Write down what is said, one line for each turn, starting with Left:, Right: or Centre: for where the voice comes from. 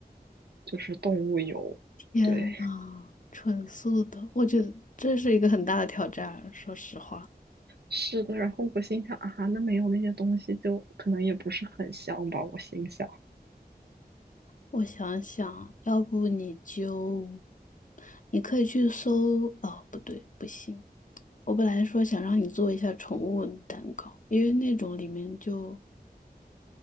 Right: 就是动物油。
Left: 天呐，
Right: 对，
Left: 纯素的，我觉得这是一个很大的挑战。说实话，
Right: 是的。然后我心想啊，那没有那些东西就可能也不是很香吧，我心想。
Left: 我想想，要不你就，你可以去搜，哦，不对，不行。我本来说想让你做一下宠物蛋糕，因为那种里面就